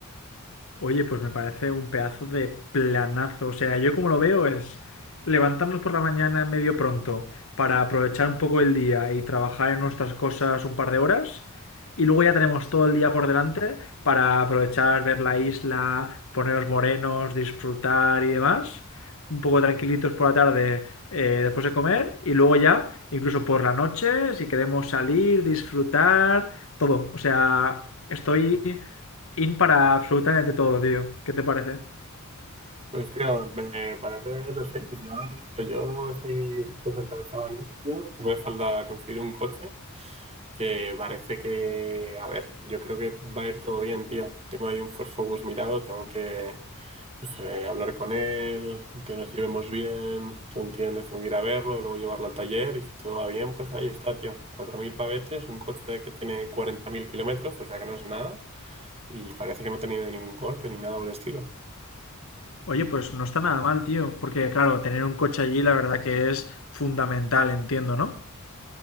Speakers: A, on the left (about 65°); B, on the right (about 25°).
A: Oye, pues me parece un pedazo de planazo. O sea, yo como lo veo es levantarnos por la mañana medio pronto para aprovechar un poco el día y trabajar en nuestras cosas un par de horas. Y luego ya tenemos todo el día por delante para aprovechar, ver la isla, ponernos morenos, disfrutar y demás. Un poco tranquilitos por la tarde eh, después de comer. Y luego ya, incluso por la noche, si queremos salir, disfrutar, todo. O sea, estoy in para absolutamente todo, tío. ¿Qué te parece?
B: Pues tío, me parece perfecto. Ya lo he dicho, yo estoy súper interesado en ir, tío. No Me falta conseguir un coche que parece que, a ver, yo creo que va a ir todo bien, tío. Tengo ahí un Ford Focus mirado, tengo que pues, eh, hablar con él, que nos llevemos bien, tú entiendes, tengo que ir a verlo, luego llevarlo al taller y si todo va bien, pues ahí está, tío. cuatro mil pavetes, un coche que tiene 40.000 kilómetros, o sea que no es nada y parece que no ha tenido ningún golpe ni nada por el estilo.
A: Oye, pues no está nada mal, tío. Porque, claro, tener un coche allí, la verdad que es fundamental, entiendo, ¿no?